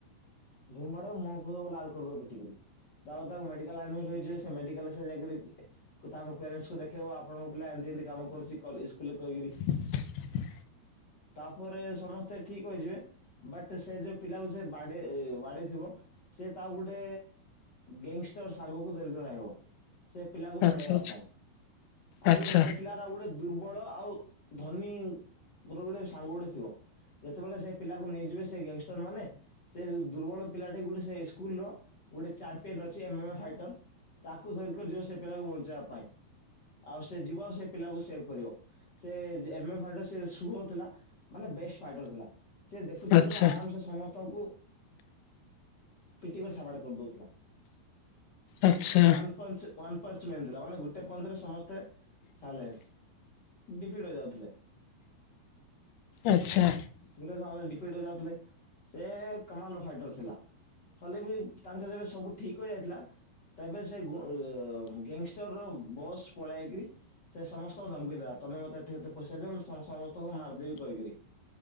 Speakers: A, on the left; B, on the left.
A: ଧୁମ ବାଡେବ ମହଁ ଫୂହଁ ଲାଲ୍ କରିଦବ ପିଟି କିରି। ତାପ ତାକୁ ମେଡିକାଲ୍ ଆଡ୍ମିଟ୍ ହେଇଯିବେ ସେ ମେଡିକାଲ୍ ସେ ଯାଇଁକରି ତାଙ୍କ ପ୍ୟାରେନ୍ସ୍ କୁ ଦେଖେଇବ ଆପଣଙ୍କ ପିଲା ଏମ୍ତି ଏମ୍ତି କାମ କରୁଚି କଲେ ସ୍କୁଲେ କହିକରି।
B: <inaudible>
A: ତାପରେ ସମସ୍ତେ ଠିକ ହେଇଯିବେ ବଟ୍ ସେ ଯୋଉ ପିଲାକୁ ସେ ବାଡ୍ ଏଇ ବାଡେଇ ଥିବ। ସେ ତା ଗୁଟେ ଗେଙ୍ଗ୍ ଷ୍ଟର୍ ସାଙ୍ଗକୁ ଧରିକଆଇବ। ସେ ପିଲାକୁ
B: ଆଚ୍ଛା
A: ବାଡେଇବା ପାଇଁ ଆଉ
B: ଆଚ୍ଛା
A: ଗୋଟେ ସେ ପିଲା ରା ଗୋଟେ ଦୁର୍ବଳ ଆଉ ଧନୀ ଗୋର ଗୋଟେ ସାଙ୍ଗ ଗୋଟେ ଥିବ। ଯେତେବେଳେ ସେ ପିଲାକୁ ନେଇଯିବେ ସେ ଗ୍ୟାଙ୍ଗ୍ ଷ୍ଟାର୍ ମାନେ ସେ ଦୁର୍ବଳ ପିଲାଟେ ଗୋଟେ ସେ ସ୍କୁଲ ଗୋଟେ ଚାରମ୍ପିୟନ ଅଛି ଏମେମା ଫାଇଟନ। ତାକୁ ଧରିକରି ଯିବ ସେ ପିଲାକୁ ବଞ୍ଚେଇବା ପାଇଁ ଆଉ ସେ ଯିବା ଆଉ ସେ ପିଲାକୁ ସେଭ କରିବ। ସେ ଯେ ଏମେ ଫାଇଟର ସେ ସୁଭୌଥିଲା ମାନେ ବେଷ୍ଟ ଫାଇଟର ଥିଲା। ସେ ଦେଖୁ ଦେଖୁନୁ
B: ଆଚ୍ଛା
A: ଆରାମ୍ସେ ସମସ୍ତଙ୍କୁ ପିଟିିକରି ସାବାଡ୍ କର୍ଦଉଥିଲା
B: ଆଚ୍ଛା
A: one punch one punch man ଥିଲା ମାନେ ଗୋଟେ ପଞ୍ଚ୍ ରେ ସମସ୍ତେ ସାଲେନ୍ସ୍। ଡିଫିଟ୍ ହେ ଯାଉଥିଲେ।
B: ଆଛା।
A: ଗୋଟିଏ ସାଙ୍ଗ ରେ ଡିଫେଟ୍ ଯାଉଥିଲେ ସେ କମାଲ୍ ର ଫାଇଟର୍ ଥିଲା। ହେଲେ ବି ତାଙ୍କ ଯେବେ ସବୁ ଠିକ ହେଯାଇଥିଲା ତେବେ ସେ ଗୋ ଗ୍ୟାଙ୍ଗ୍ ଷ୍ଟର୍ ର ବସ୍ ପଳାଇକ୍ରି। ସେ ସମସ୍ତଙ୍କୁ ଧମ୍କି ଦେଲା ତମେ ମତେ ଏତେତେ ପଇସା ଦିଅ ମୁଁ ତମ ସମସ୍ତଙ୍କୁ ମାର୍ଦେବି କହିକରି।